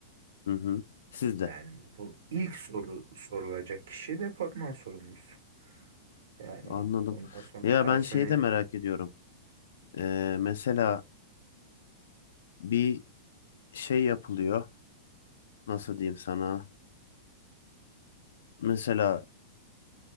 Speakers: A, on the left (about 80°); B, on the right (about 75°).
A: Hı hı. Siz de.
B: Yani Evet. bu ilk soru sorulacak kişi departman sorumlusu. Yani
A: Anladım.
B: ondan sonra
A: Ya
B: personeli,
A: ben şeyi de merak ediyorum. Ee, mesela bir şey yapılıyor. Nasıl diyeyim sana? Mesela